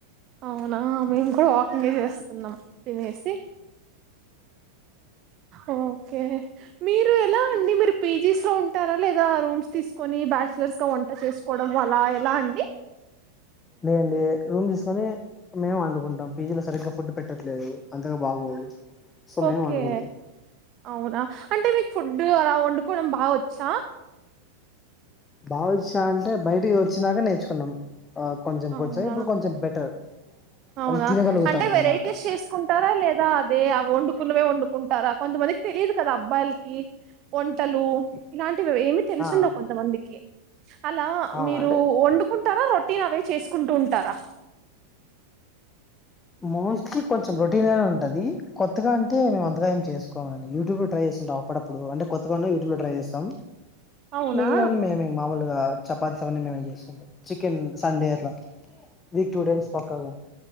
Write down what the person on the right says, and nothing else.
అవునా మేము కూడా వాకింగే చేస్తున్నాం తినేసి అ కే మీరు ఎలా అండి మీరు పీజీస్లో ఉంటారా లేదా రూమ్స్ తీసుకొని బ్యాచ్లర్స్గా వంట చేసుకోడం అలా ఎలా అండి
ఓకే
అవునా అంటే మీకు ఫుడ్ అలా వండుకోవడం బాగొచ్చా
అవునా
అవునా
అంటే వెరైటీస్
చేసుకుంటారా లేదా అదే వండుకున్నవే వండుకుంటారా కొంతమందికి తెలియదు కదా అబ్బాయిలకి వంటలు ఇల టివి ఏమి తెలుసుండవు
కొంతమందికి అలా
మీరు
వండుకుంటారా రో టిన్ అవే చేసుకుంటూ ఉంటారా
అవునా